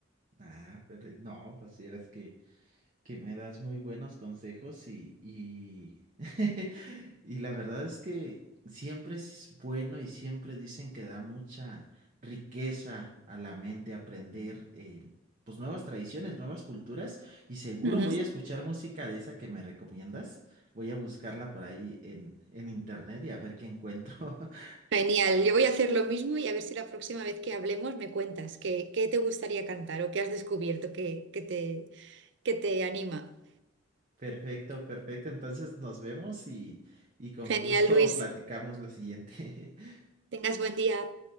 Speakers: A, on the right (about 40°); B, on the right (about 65°).
A: Ah, pero no, pues si eres que... que me das muy buenos consejos y, y, <laughs> y la verdad es que siempre es bueno y siempre dicen que da mucha riqueza a la mente aprender eh, pues nuevas tradiciones, nuevas culturas y seguro
B: Ujú.
A: voy a escuchar música de esa que me recomiendas. Voy a buscarla por ahí en, en internet y a ver qué encuentro. <laughs>
B: Genial, yo voy a hacer lo mismo y a ver si la próxima vez que hablemos me cuentas qué, qué te gustaría cantar o qué has descubierto que, que te, que te anima.
A: Perfecto, perfecto. Entonces nos vemos y, y con
B: Genial,
A: gusto
B: Luis,
A: platicamos la siguiente. <laughs>
B: tengas buen día.